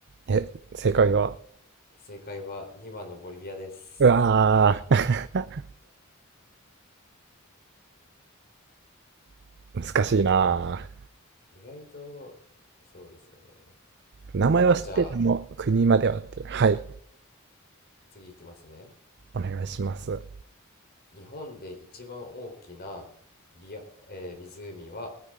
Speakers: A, on the right; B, on the left.
A: え、正解は
B: 正解は2番のボリビアです
A: うわー <laughs> 難しいな
B: 意外とそうですよね
A: ー名前は知ってるの国まではっていうはい
B: えっとじゃあ次いきますね
A: お願いします
B: 日本で一番大きなビア、えー湖は